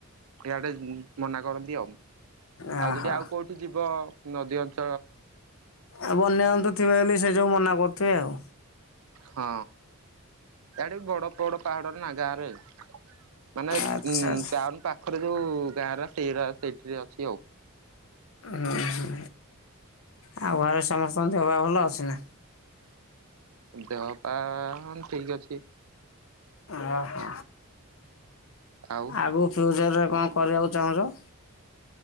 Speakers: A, on the right; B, on the left.
A: ଆଡ଼େ ମନା କରନ୍ତି ଆଉ,।
B: ଓହୋ।
A: ଆଉ ଯଦି ଆଉ କୋଉଠି ଯିବ ନଦୀ ଅଞ୍ଚ
B: ଆଉ ବନ୍ୟଜନ୍ତୁ ଥିବେବୋଲି ସେ ଯୋଗୁଁ ମନା କରୁଥିବେ ଆଉ।
A: ହଁ, ୟାଡେ ବି ବଡ଼, ବଡ, ପାହାଡ ନା ଗାଁରେ। ମାନେ,
B: ଆଚ୍ଛା ଆଚ୍ଛା।
A: ଟାଉନ ପାଖରେ ଯୋଉ ଗାଁରା ସେଗୁରା ସେଇଠିରେ ଅଛି ଆଉ।
B: ଉଁ, ହୁଁ। ଆଉ, ଘରେ ସମସ୍ତଙ୍କ ଦେହପା ଭଲ ଅଛି ନା?
A: ଦେହପା ହଁ, ଠିକ ଅଛି।
B: ଆ ହା,
A: ଆଉ
B: ଆଗକୁ ଫିଉଚର୍ ରେ କଣ? କରିବାକୁ ଚାହୁଁଛ।